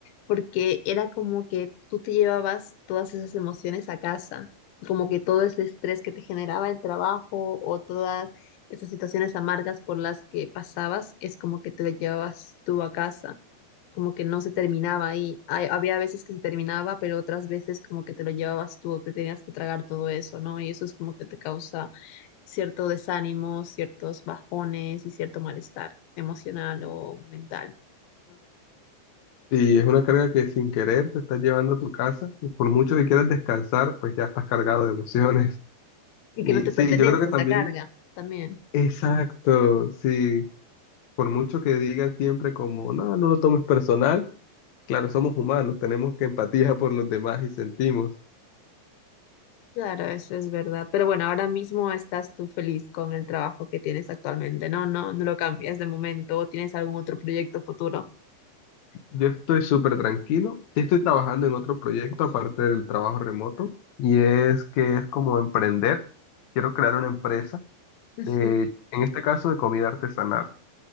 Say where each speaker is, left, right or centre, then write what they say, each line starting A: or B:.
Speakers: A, on the left; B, on the left.
A: porque era como que tú te llevabas todas esas emociones a casa, como que todo ese estrés que te generaba el trabajo o todas esas situaciones amargas por las que pasabas, es como que te lo llevabas tú a casa, como que no se terminaba ahí. Hay- había veces que se terminaba, pero otras veces como que te lo llevabas tú, te tenías que tragar todo eso, ¿no? Y eso es como que te causa cierto desánimo, ciertos bajones y cierto malestar emocional o mental, ¿no?
B: Y es una carga que sin querer te estás llevando a tu casa y por mucho que quieras descansar, pues ya estás cargado de emociones. <laughs>
A: Y
B: Y
A: que no te
B: sí,
A: pertenece
B: yo creo que
A: esa
B: también,
A: carga también.
B: exacto, sí, por mucho que digan siempre como, no, no lo tomes personal, claro, somos humanos, tenemos que empatía por los demás y sentimos.
A: Claro, eso es verdad. Pero bueno, ahora mismo estás tú feliz con el trabajo que tienes actualmente, ¿no? No, no lo cambias de momento o tienes algún otro proyecto futuro.
B: Yo estoy súper tranquilo, sí estoy trabajando en otro proyecto aparte del trabajo remoto y es que es como emprender, quiero crear una empresa,
A: Ujú.
B: eh, en este caso de comida artesanal.